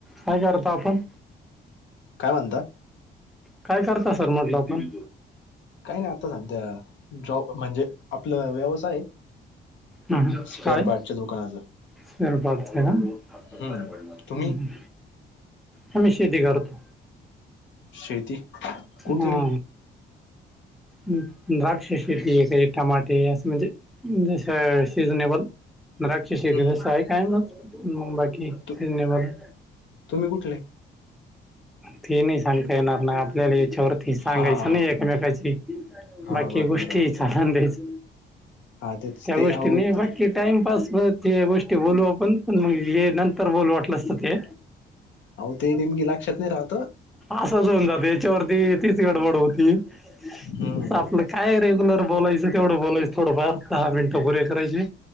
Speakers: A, in the centre; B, on the left.
A: काय करतो आपण
B: काय म्हणता?
A: काय करता सर म्हटलं आपण
B: काही नाही आता सध्या जॉब म्हणजे आपलं व्यवसाय
A: हम ह
B: स्पेअर
A: काय
B: पार्टच्या दुकानाचं.
A: सर पाडते ना हम्
B: हं. तुम्ही?
A: हमेशाधखारतो
B: शेती कुठले?
A: हा द्राक्ष शेती आहे का टमाटे अस म्हणजे जस सीझनेबल राक्ष स
B: हं, हं.
A: तसं आहे काय बाकी क
B: तु
A: सजने बण
B: तुम्ही कुठले?
A: ती नाही सांगता येणार नाही आपल्याला ोरती सांगायचं
B: हां, हां,
A: नाही
B: हां.
A: एकमेकाची
B: हां.
A: बाकी
B: बरं,
A: गोष्टी
B: बरं, बरं.
A: चाल दच
B: हां, तेच
A: त्या
B: ते
A: गोष्टीने
B: अहो ते
A: बाकी टाइमपास ब ते गोष्टी बोलू आपण पण मग हे नंतर बोलू वाटलंसत ते
B: ते ते निम इ लक्षात नाही राहतो
A: असच होऊन जात याच्यावरती तीच गडबड होती
B: हं.
A: असं आपलं काय रेग्युलर बोलायचं तेवढं बोलायं थोडंफार दहा मिनटं पुरे करायचे